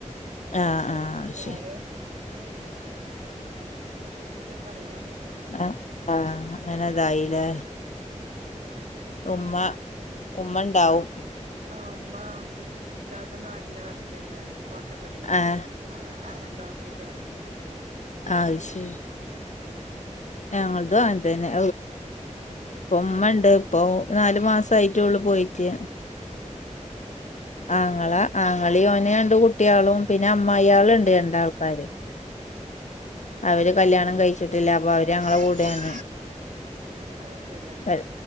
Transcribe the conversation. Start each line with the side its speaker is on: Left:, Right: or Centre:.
Right: പിന്നെ
Left: ആഹ്
Right: അതൊക്കെ
Left: ആഹ്
Right: കൈഞ്ഞപ്പോ
Left: ശരി
Right: ആള് എന്നാലും ഇണ്ട്. എന്താ പറയാ?
Left: ആ ആഹ് അങ്ങനെ ഇതായിലെ. ഉമ്മ ഉമ്മ ഉണ്ടാവും.
Right: ആഹ് ഉമ്മ ഇക്കപ്പം നാട്ടിലാ വർക്കെയ്ണ്. കോട്ടപ്പടിലെ
Left: ആഹ്
Right: അൻ ആ അന്തോന്നായിട്ട് വർക്കെയ്ണ്.
Left: അഹ് ശെരി. ഞങ്ങള്തു അങ്ങൻതന്നെ. ഉപ്പമ്മണ്ട് ഇപ്പൊ നാലു മാസയിട്ടേ ഉള്ളു പയിട്ട്.
Right: അഹ് ശെരി ആഹ്.
Left: ആങ്ങളാ ആങ്ങളി ഓനെ രണ്ട് കുട്ടിയാളും പിന്നെ അമ്മായിയാള്ണ്ട് രണ്ടാൾക്കാര്.
Right: ആഹ് ആഹ്‌.
Left: അവര് കല്യാണം കഴിച്ച്ട്ട്ല്ല അപ്പൊ അവര് ഞങ്ങളെ
Right: ആ
Left: കൂടേണ്
Right: അത് ശരിയാ
Left: അഹ്.